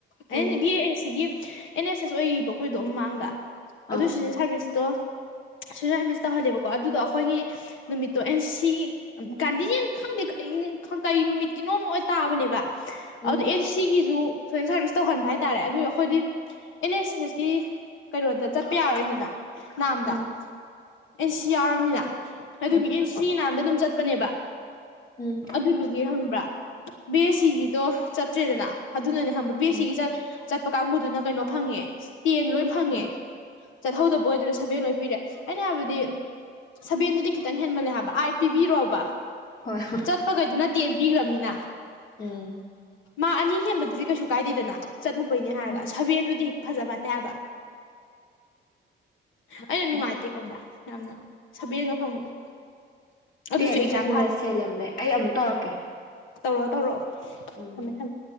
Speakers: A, on the left; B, on the left.
A: ꯑꯗꯨꯅꯦ
B: ꯎꯝ
A: ꯕꯤ ꯑꯦ ꯁꯤ ꯒꯤ ꯑꯦꯟ ꯑꯦꯁ ꯑꯦꯁ ꯑꯣꯏꯕ ꯑꯈꯣꯏꯒꯤꯕ ꯃꯃꯥꯡꯗ ꯑꯗꯨ
B: ꯑꯥ
A: ꯁꯣꯁꯦꯟ ꯁꯥꯔꯕꯤꯁꯇꯣ ꯁꯣꯁꯦꯟ ꯁꯔꯕꯤꯁ ꯇꯧꯍꯜꯂꯦꯕꯀꯣ ꯑꯗꯨꯗꯣ ꯑꯈꯣꯏꯒꯤ ꯅꯨꯃꯤꯠꯇꯣ ꯑꯦꯟ ꯁꯤ ꯒꯥꯟꯙꯤꯅ ꯈꯪꯗꯦ ꯀ ꯀꯔꯤ ꯅꯨꯃꯤꯠ ꯀꯤꯅꯣꯝ ꯑꯣꯏ ꯇꯥꯕꯅꯦꯕ
B: ꯎꯝ
A: ꯑꯗꯨꯗꯣ ꯑꯦꯟ ꯁꯤꯒꯤꯁꯨ ꯁꯣ ꯁꯥꯔꯚꯤꯁꯁ ꯇꯧꯍꯟꯕ ꯍꯥꯏꯇꯥꯔꯦ ꯑꯗꯨ ꯑꯈꯣꯏꯗꯤ ꯑꯦꯟ ꯑꯦꯁ ꯑꯦꯟ ꯑꯦꯁꯀꯤ ꯀꯩꯅꯣꯗ ꯆꯠꯄ ꯌꯥꯔꯣꯏꯗꯅ ꯅꯥꯝꯗ
B: ꯎꯝ
A: ꯑꯦꯟ ꯁꯤ ꯌꯥꯎꯔꯕꯅꯤꯅ ꯑꯗꯨꯒꯤ
B: ꯍꯣꯏ
A: ꯑꯦꯟ ꯁꯤ ꯁꯥꯅꯥꯝꯗ ꯑꯗꯨꯝ ꯆꯠꯄꯅꯦꯕ
B: ꯎꯝ
A: ꯑꯗꯨꯗꯨꯒꯤ ꯍꯪ ꯕꯤ ꯑꯦꯁ ꯁꯤꯒꯤꯗꯣ ꯆꯠꯇ꯭ꯔꯦꯗꯅ ꯑꯗꯨꯅꯅꯦ ꯈꯪꯕ꯭ꯔ ꯕꯤ ꯑꯦꯁ
B: ꯑꯥ
A: ꯁꯤꯒꯤ ꯆꯠꯄ ꯀꯥꯡꯕꯨꯗꯨꯅ ꯀꯩꯅꯣ ꯐꯪꯉꯦ ꯇꯦꯟ ꯂꯣꯏ ꯐꯪꯉꯦ
B: ꯎꯝ
A: ꯆꯠꯍꯧꯗꯕ ꯑꯣꯏꯗꯨꯗ ꯁꯚꯦꯟ ꯂꯣꯏ ꯄꯤꯔꯦ ꯑꯩꯅ ꯍꯥꯏꯕꯗꯤ ꯁꯚꯦꯟꯗꯨꯗꯤ ꯈꯤꯇꯪ ꯍꯦꯟꯃꯜꯂꯦ ꯍꯥꯏꯕ ꯑꯥꯏꯠ ꯄꯤꯕꯤꯔꯣ ꯍꯥꯕ
B: ꯍꯣꯏ
A: ꯆꯠꯄꯈꯩꯗꯨ ꯅ ꯇꯦꯟ ꯄꯤꯒ꯭ꯔꯕꯅꯤꯅ <inaudible>
B: ꯎꯝ
A: ꯃꯥꯛ ꯑꯅꯤ ꯍꯦꯟꯕꯗꯨꯗꯤ ꯀꯩꯁꯨ ꯀꯥꯏꯗꯦꯗꯅ ꯆꯠꯂꯨꯕꯩꯅꯦ ꯍꯥꯏꯔꯒ
B: ꯎꯝ
A: ꯁꯕꯦꯟꯗꯨꯗꯤ ꯍꯦꯛ ꯐꯖ ꯐꯠꯇꯦ ꯍꯥꯏꯕ ꯑꯩꯅ ꯅꯨꯡꯉꯥꯏꯇꯦ
B: ꯑꯦ
A: ꯈꯪꯕ꯭ꯔꯥ ꯌꯥꯝꯅ ꯁꯕꯦꯟꯒ ꯐꯪꯕꯗꯣ ꯑꯗꯨꯁꯨ
B: ꯇꯦꯟ
A: ꯑꯦꯛꯖꯥꯝ
B: ꯇꯦꯟ ꯃꯤꯅꯠꯁ ꯍꯦꯂꯝꯃꯦ ꯑꯩ ꯑꯃꯨꯛ ꯇꯧꯔꯛꯀꯦ
A: ꯇꯧꯔꯛꯑꯣ ꯇꯧꯔꯛꯑꯣ
B: ꯎꯝ
A: ꯊꯝꯃꯦ ꯊꯝꯃꯦ